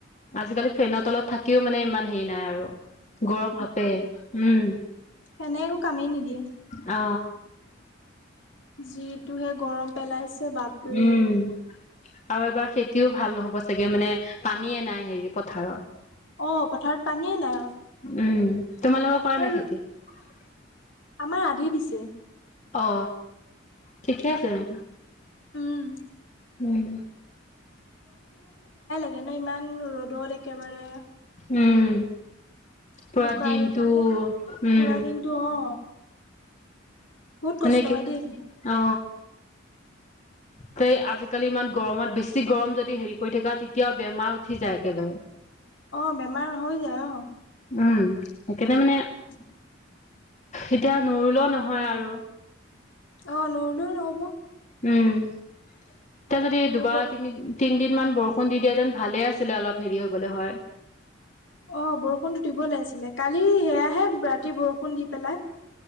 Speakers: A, on the left; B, on the left.
A: আজিকালি ফেনত তলত থাকিও মানে ইমান হেৰি নাই আৰু গৰম হাতে উম
B: সেনেও কামেই নিদিয়ে
A: অ
B: যিটোহে গৰম পেলাইছে বাপৰে
A: উম আৰু এবাৰ খেতিও ভাল নহব চাগে মানে পানীয়ে নাই হেৰি পথাৰত
B: অ পথাৰত পানীয়ে নাই
A: উম তোমালোকৰ কৰা
B: আৰু
A: নাই খেতি <unintelligible>
B: আমাৰ আধি দিছে
A: অ ঠিকে আছে নেকি?
B: উম
A: উম
B: এ ন ইমান ৰ'দত একেবাৰে
A: উম পুৰা
B: বোকা
A: দিনটো
B: ৰুই থাকে পুৰা
A: উম
B: দিনটো অ বহুত
A: সনেকে
B: কষ্ট হয় দেই
A: অ স আজিকালি ইমান গৰমত বেছি গৰম যদি হেৰি কৰি থাকা তেতিয়াও বেমাৰ উঠি যায় একেবাৰে
B: অ বেমাৰ হৈ যায় অ
A: উম সকাৰণে মানে
B: <inaudible>
A: এতিয়া নৰুলও নহয় আৰু
B: অ নৰলেও নহব
A: উম এতিয়া যদি দুবাৰ
B: ৰ'বত
A: তিনি তিনিদিন মান <unintelligible> বৰষুণ দি দিয়াতেন ভালে আছিলে অলপ হেৰি হ'বলৈ হয়
B: অ বৰষুণতটো দিব লাগিছিলে কালি সেয়াহে ৰাতি বৰষুণ দি পেলাই